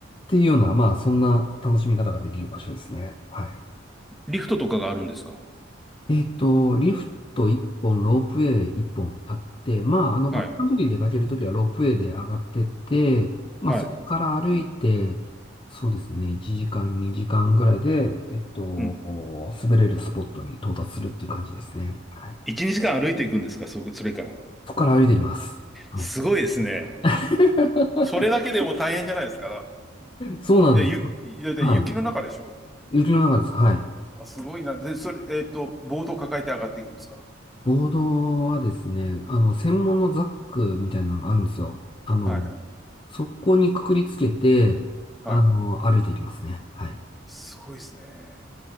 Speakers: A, on the left; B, in the centre.
A: ていうような、まあそんな楽しみ方ができる場所ですね。はい。
B: リフトとかがあるんですか
A: えっと、リフト1本、ロープウェイ1本あって、まあ、あの、
B: はい。
A: バックカントリー出かけるときはロープウェイで上がってって、まあ、
B: はい。
A: そこから歩いて、そうですね、1時間、2時間ぐらいで、えっと、
B: うん。
A: 滑れるスポットに到達するっていう感じですね。はい。
B: 1、2時間歩いていくんですかそ、それから。
A: そこから歩いていきます。はい。
B: すごいですね。
A: <laughs>
B: それだけでも大変じゃないですか。
A: そうなんです。
B: で、ゆ、で、で雪の中でしょ
A: はい。雪の中です。はい。
B: あ、すごいな。で、それ、えっと、ボードを抱えて上がっていくんですか
A: ボードはですね、あの、専門のザックみたいなのがあるんですよ。あの、
B: はいはい。
A: そこにくくりつけて、あの、
B: はい。
A: 歩いていきますね。はい。
B: すごいですね。